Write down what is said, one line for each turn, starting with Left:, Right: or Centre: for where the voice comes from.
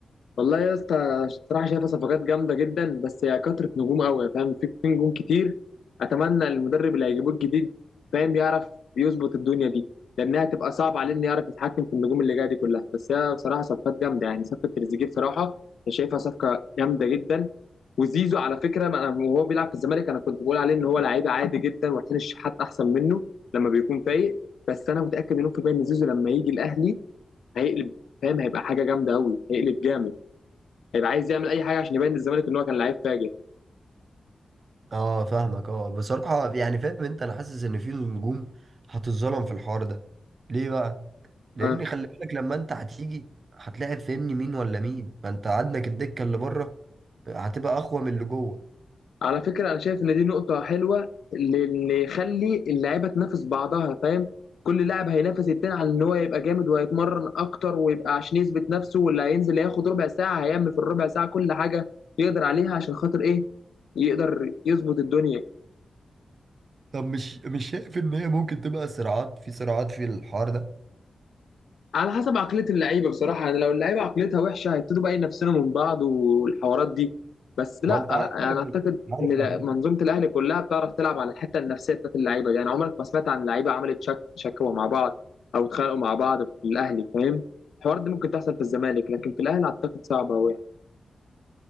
Left: والله يا اسطى الصراحه شايفه صفقات جامده جدا بس هي كثره نجوم قوي فاهم في في نجوم كتير اتمنى المدرب اللي هيجيبوه الجديد فاهم يعرف يظبط الدنيا دي لانها هتبقى صعبه عليه انه يعرف يتحكم في النجوم اللي جايه دي كلها بس هي بصراحه صفقات جامده يعني صفقه تريزيجيه بصراحه انا شايفها صفقه جامده جدا وزيزو على فكره ما أنا- وهو بيلعب في الزمالك انا كنت بقول عليه ان هو لعيب عادي جدا وحسين الشحات احسن منه لما بيكون فايق بس انا متاكد مليون في المية ان زيزو لما يجي الاهلي هيقلب فاهم هيبقى حاجه جامده قوي هيقلب جامد هيبقى عايز يعمل اي حاجه عشان يبين للزمالك ان هو كان لعيب فاجر
Right: اه فاهمك اه بصراحة يعني فاهم انت انا حاسس ان في نجوم هتتظلم في الحوار ده ليه بقى؟ لان
Left: اه
Right: خلي بالك لما انت هتيجي هتلاعب فاهمني مين ولا مين ما انت عندك الدكة اللي بره هتبقى اقوى من اللي جوه
Left: على فكره انا شايف ان دي نقطه حلوه لان يخلي اللعيبه تنافس بعضها فاهم كل لاعب هينافس التاني على ان هو يبقى جامد وهيتمرن اكتر ويبقى عشان يثبت نفسه واللي هينزل هياخد ربع ساعه هيعمل في الربع ساعه كل حاجه يقدر عليها عشان خاطر ايه يقدر يظبط الدنيا
Right: طب مش مش شايف ان هي ممكن تبقى صراعات في صراعات في الحوار ده
Left: على حسب عقلية اللعيبة بصراحة يعني لو اللعيبة عقليتها وحشة هيبتدوا بقى ينافسونا من بعض والحوارات دي بس لا
Right: ما انت
Left: انا
Right: عارف
Left: اعتقد
Right: ال- عارف
Left: ان
Right: العقلية.
Left: لا- منظومة الاهلي كلها بتعرف تلعب على الحتة النفسية بتاعت اللعيبة دي يعني عمرك ما سمعت عن لعيبة عملت شك شكوى مع بعض او اتخانقوا مع بعض في الاهلي فاهم الحوار دي ممكن تحصل في الزمالك لكن في الاهلي اعتقد صعبة قوي يعني